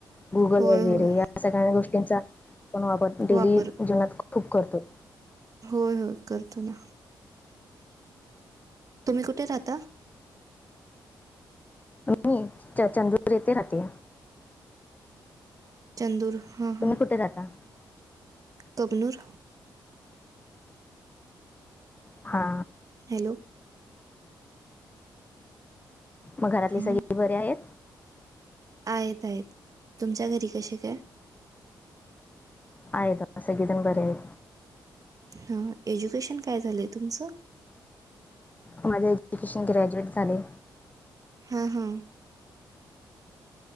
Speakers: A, on the left; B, on the right.
A: गुगल,
B: होय
A: वगैरे.
B: होय
A: या सगळ्या गोष्टींचा, आपण वापर डेली
B: वापर
A: जीवनात खूप करतो.
B: होय, होय करतो ना. तुम्ही, कुठे राहता?
A: मी, <unintelligible> येथे राहते,
B: चंदूर, हा हा
A: तुम्ही, कुठे राहता ता?
B: कबनूर,
A: हा,
B: हॅलो?
A: मग, घरातली
B: हा
A: सगळे बरे आहेत,
B: आहेत, आहेत, तुमच्या घरी कसे काय,
A: आहेत सगळी, जण बरी आहेत,
B: ह एज्युकेशन, काय झालंय तुमचं?
A: माझं, एज्युकेशन ग्रॅज्युएट झाले.
B: हा, हा,